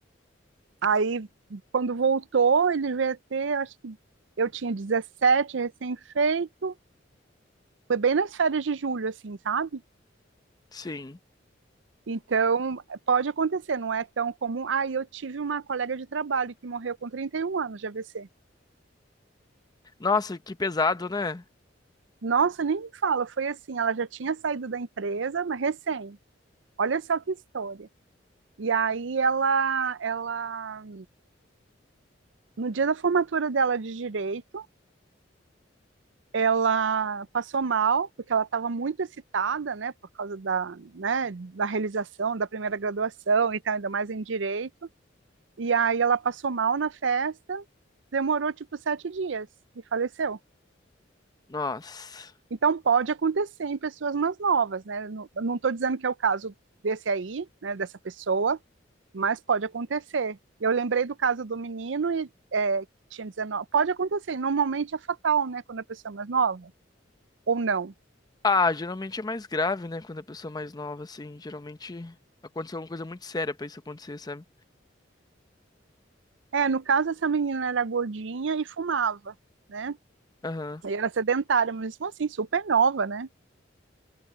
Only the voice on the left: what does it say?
sim.
Nossa, que pesado, né?
Nossa.
Ah, geralmente é mais grave, né? Quando a pessoa é mais nova, assim, geralmente aconteceu alguma coisa muito séria pra isso acontecer, sabe?
Aham.